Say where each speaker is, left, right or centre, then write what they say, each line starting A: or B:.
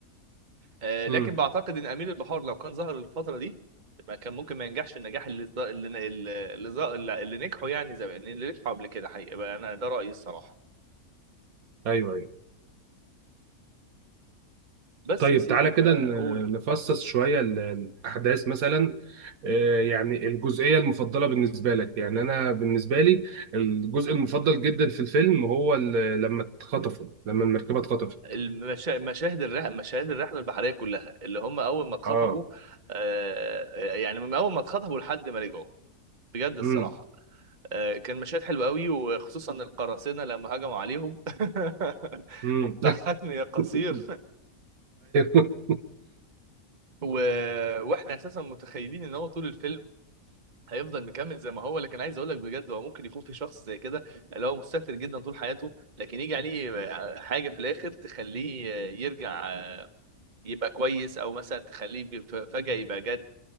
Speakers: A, on the right (about 35°); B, on the right (about 75°).
A: آه، لكن
B: امم
A: بعتقد ان امير البحار لو كان ظهر الفتره دي ما كان ممكن ما ينجحش النجاح اللي اللي اللي, اللي, اللي نجحوا يعني زمان اللي نجحوا قبل كده حقيقه بقى انا ده رايي الصراحه
B: ايوه ايوه
A: بس
B: طيب
A: يا سيدي
B: تعالى كده
A: فاقول
B: ن- نفصص شوية ال- الأحداث مثلا آه، يعني الجزئية المفضلة بالنسبة لك يعني أنا بالنسبة لي الجزء المفضل جدا في الفيلم هو ال- لما اتخطفوا لما المركبة اتخطفت
A: المشا- مشاهد الرحله مشاهد الرحله البحريه كلها اللي هم اول ما اتخطبوا
B: اه
A: آه، يعني من اول ما اتخطبوا لحد ما رجعوا بجد الصراحه
B: امم
A: آه، كان مشهد حلو قوي وخصوصا القراصنة لما هجموا عليهم <laughs>
B: امم
A: وضحكني يا قصير
B: <laughs> ايوه
A: و... واحنا اساسا متخيلين ان هو طول الفيلم هيفضل مكمل زي ما هو لكن عايز اقول لك بجد هو ممكن يكون في شخص زي كده اللي هو مستهتر جدا طول حياته لكن يجي عليه حاجة في الاخر تخليه يرجع يبقى كويس او مثلا تخليه ب- فجأة يبقى جد